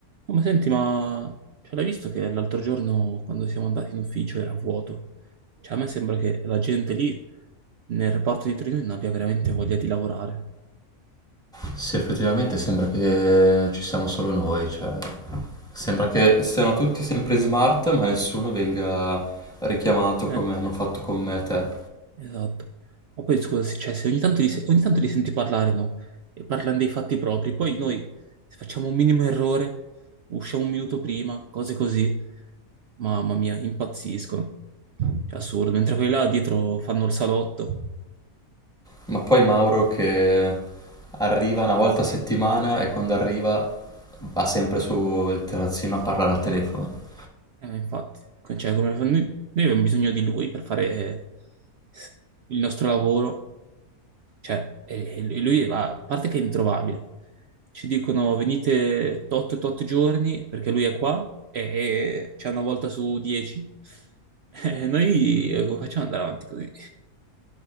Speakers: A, on the right; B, in the centre.
A: No, ma senti, ma cioè, l'hai visto che l'altro giorno quando siamo andati in ufficio era vuoto? Cioè, a me sembra che la gente lì nel reparto di Torino non abbia veramente voglia di lavorare.
B: Sì, effettivamente sembra che ci siamo solo noi, cioè sembra che siano tutti sempre smart, ma nessuno venga richiamato
A: Eh,
B: come hanno fatto con me e te.
A: esatto. Ma poi scusa, se, cioè, se ogni tanto li, se- ogni tanto li senti parlare, no? E parlano dei fatti propri, poi noi se facciamo un minimo errore, usciamo un minuto prima, cose così. Mamma mia, impazziscono. Cioè, assurdo, mentre quelli là dietro fanno il salotto.
B: Ma poi Mauro che arriva una volta a settimana e quando arriva va sempre sul terrazzino a parlare al telefono.
A: Eh, infatti, co- cioè, come fa- noi, noi abbiamo bisogno di lui per fare s- il nostro lavoro, cioè, e- e lui lui va- a parte che è introvabile, ci dicono venite tot tot giorni perché lui è qua e, e c'è una volta su dieci, <laughs> e noi eh, come facciamo ad andare avanti così?